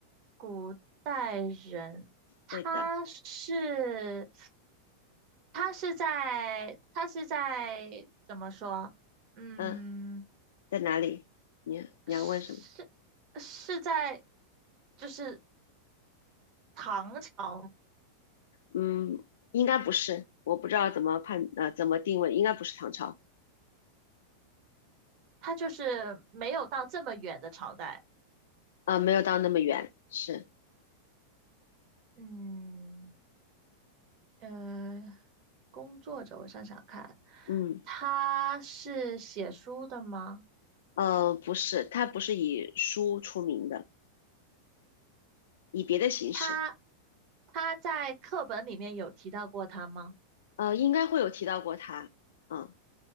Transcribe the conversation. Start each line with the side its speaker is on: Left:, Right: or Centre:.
Right: 古代人，他是
Left: 对的，
Right: 他是在他是在怎么说？嗯，
Left: 嗯，在哪里？你你要问什么？
Right: 是是在就是唐朝，
Left: 嗯，应该不是，我不知道怎么判呃怎么定位，应该不是唐朝，
Right: 他就是没有到这么远的朝代，
Left: 呃，没有到那么远，是，
Right: 嗯。呃，工作者，我想想看，
Left: 嗯，
Right: 他是写书的吗？
Left: 呃，不是，他不是以书出名的，以别的形式，
Right: 他他在课本里面有提到过他吗？
Left: 呃，应该会有提到过他，嗯，